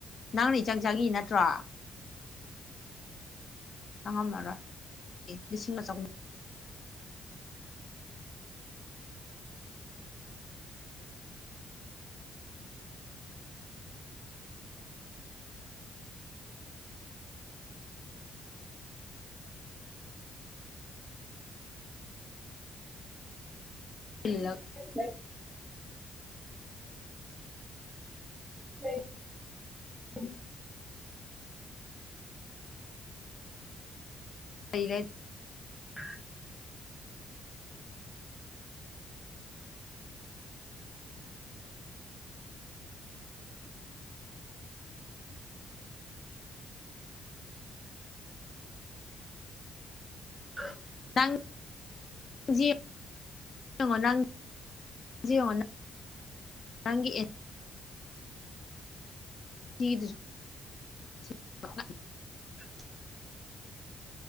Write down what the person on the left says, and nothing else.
ꯅꯪꯅ ꯏꯆꯪ ꯆꯪꯉꯤ ꯅꯠꯇ꯭ꯔꯣ ꯆꯪꯉꯝꯃꯔꯣꯏ ꯂꯤꯁꯤꯡ ꯑꯃ ꯆꯍꯨꯝ ꯂ <unintelligible>
ꯁꯔ <unintelligible>
ꯅꯪ ꯖꯤ ꯌꯦꯡꯉꯣ ꯅꯪ ꯖꯦ ꯌꯦꯡꯉꯣ ꯅꯪ ꯅꯪꯒꯤ ꯁꯤ <unintelligible>